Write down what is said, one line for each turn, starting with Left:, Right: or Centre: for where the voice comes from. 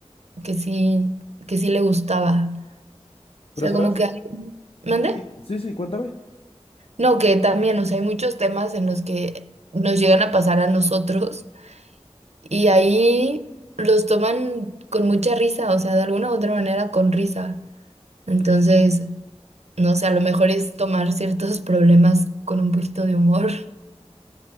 Right: que sí, que sí le gustaba.
Left: Pero,
Right: O sea,
Left: ¿sabes?
Right: como que hay... ¿Mande?
Left: Sí, sí, sí, cuéntame.
Right: No, que también, o sea, hay muchos temas en los que nos llegan a pasar a nosotros Y ahí los toman con mucha risa, o sea, de alguna u otra manera con risa. Entonces, no sé, a lo mejor es tomar ciertos problemas con un poquito de humor. <laughs>